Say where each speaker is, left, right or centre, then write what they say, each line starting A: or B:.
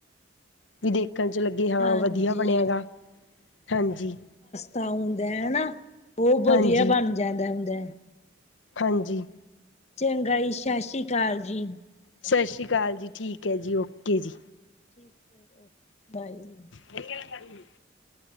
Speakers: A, on the left; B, on the left.
A: ਵੀ ਦੇਖਣ ਚ ਲੱਗੇ ਹਾਂ
B: ਹਾਂਜੀ
A: ਵਧੀਆ ਬਣਿਆ ਗਾ ਹਾਂਜੀ।
B: ਤਾਂ ਹੁੰਂਦਾ ਹਨਾ। ਓ ਵਧੀਆ
A: ਹਾਂਜੀ
B: ਬਣ ਜਾਂਦਾ ਹੁੰਦਾ।
A: ਹਾਂਜੀ
B: ਚੰਗਾ ਜੀ ਸ਼ਸ਼ ਸੀ ਕਾਲ ਜੀ।
A: ਸਸ ਸ਼੍ਰੀ ਕਾਲ ਜੀ ਠੀਕ ਹੈ ਜੀ ਓਕੇ ਜੀ।
B: <inaudible>
A: ਨਈ ਗੱਲ ਕਰਨੀ?